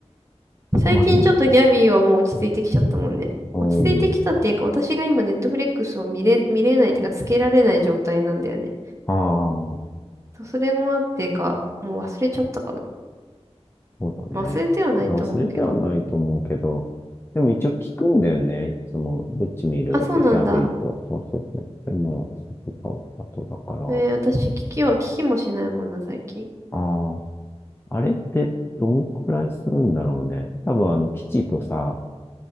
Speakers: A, on the left; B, on the right.
A: すごい長い。
B: 最近ちょっとギャビーはもう落ち着いてきちゃったもんね。
A: う
B: 落ち着いてきたっていうか、
A: ん。
B: 私が今ネットフレックスを見れ、見れないっていうか、つけられない状態なんだよね。
A: ああ、
B: そうそれもあってか、もう忘れちゃったかな。
A: そうだね。
B: まあ忘れてはないと思うけど。
A: いや、忘れてはないと思うけど、でも一応聞くんだよね。いつも、どっち見るってギャビーと。
B: あ、そうなんだ。
A: そうそうそう。でも、スーパーパトだから。
B: えー、私、聞きは、聞きもしないもんな、最近。い
A: ああ、あれってどんくらいするんだろうね。多分、あの、基地とさ、